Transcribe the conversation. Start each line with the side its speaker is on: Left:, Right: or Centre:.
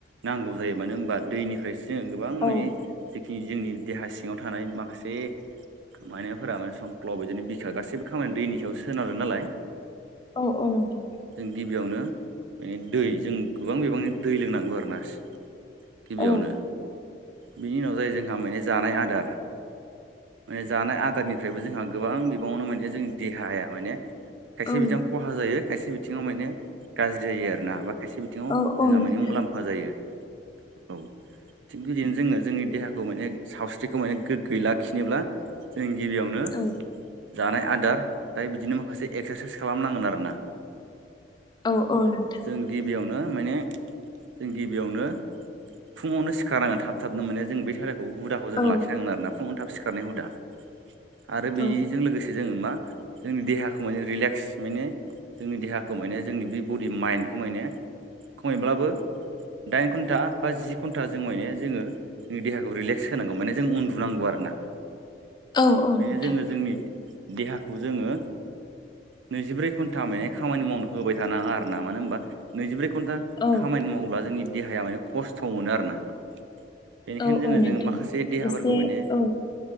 Right: नांगौ जायो मानो होनबा दैनिफ्रायसो जोङो गोबां
Left: औ
Right: माने जेखिनि जोंनि देहा सिङाव थानाय माखासे मायनाफोरा <unintelligible> माने समफ्ल' बिदिनो बिखा गासैबो खामानि दैनि सायाव सोनारो नालाय
Left: औ औ नोंथां
Right: जों गिबियावनो माने दै जों गोबां बिबांनि दै लोंनांगौ आरो ना गिबियावनो
Left: औ
Right: बिनि उनाव जायो जोंहा माने जानाय आदार माने जानाय आदारनिफ्रायबो जोंहा गोबां बिबाङावनो माने जोंनि देहाया माने खायसे
Left: औ
Right: बिथिङाव खहा जायो खायसे बिथिङाव माने गाज्रि जायो आरोना बा खायसे बिथिङाव
Left: औ
Right: जोंहा
Left: औ नोंथां
Right: माने मुलामफा जायो औ बिदिनो जोङो जोंनि देहाखौ माने सावस्रिखौ माने गोगोयै लाखिनोब्ला जों गिबियावनो
Left: औ
Right: जानाय आदार ओमफ्राय बिदिनो माखासे एक्सार साइस खालाम नांगोन आरोना
Left: औ औ नोंथां
Right: जों गिबियावनो माने जों गिबियावनो फुङावनो सिखारनांगोन थाब थाबनो माने जों बे हुदाखौ जोङो
Left: औ
Right: लाखिनांगोन आरोना फुङाव थाब सिखारनायनि हुदा आरो बेजों
Left: औ
Right: लोगोसे जों मा जोंनि देहाखौ माने रिलेक्स माने जोंनि देहाखौ माने जोंनि बे बडि माइन्न्दखौ माने खमैब्लाबो दाइन घन्टा बा जि घन्टा जों माने जोङो जोंनि देहाखौ रिलेक्स होनांगौ माने जों उन्दुनांगौ आरोना
Left: औ औ
Right: माने
Left: नोंथां
Right: जोङो जोंनि देहाखौ जोङो नैजिब्रै घन्टा माने खामानि मावनो होबाय थानाङा आरोना मानो होनबा नैजिब्रै घन्टा
Left: औ
Right: खामानि मावोब्ला जोंनि देहाया माने खस्थ' मोनो आरोना बेनिखायनो
Left: औ
Right: जोङो
Left: औ नोंथां
Right: जोङो माखासे देहाफोरखौ
Left: एसे
Right: माने
Left: औ